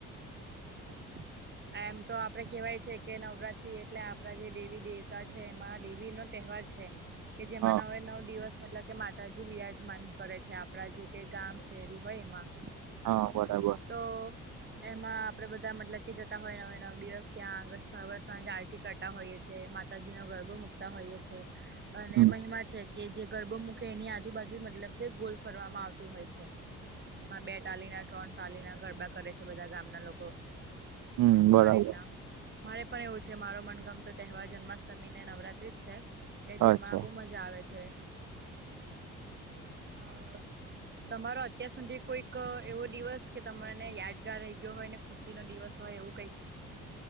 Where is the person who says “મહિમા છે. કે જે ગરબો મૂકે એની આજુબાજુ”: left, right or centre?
Right